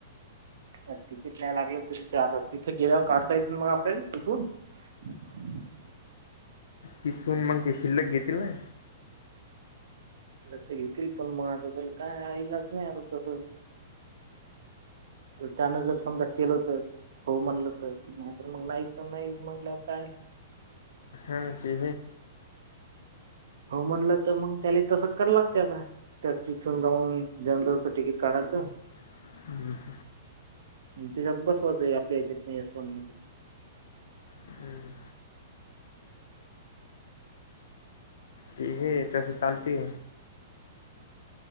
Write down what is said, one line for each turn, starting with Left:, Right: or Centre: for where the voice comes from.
Right: तिकीट न्यायला लागलं तरीिथ आता तिथे गेल्यावर काढता येेत मग आपल्याला तिथून <inaudible>
Left: तिथून मग ते शिल्लक घेतील ना
Right: ते घेतील पण मग आता त्या काय आईलचं नाही आता तस त्यान जर समजा केलं तर हो म्हणलं तर नाही तर मग नाही नाही म्हणलं होताय
Left: ह ते
Right: हो म्हणलं तर मग त्याला तसं क लागते आता त्या चिून जाऊन जनरलचं तिकीट काढायचं
Left: ह
Right: तिच्या बस होतय आपल्याच्यात नाहीोन
Left: हम्म ते हे तसं चालते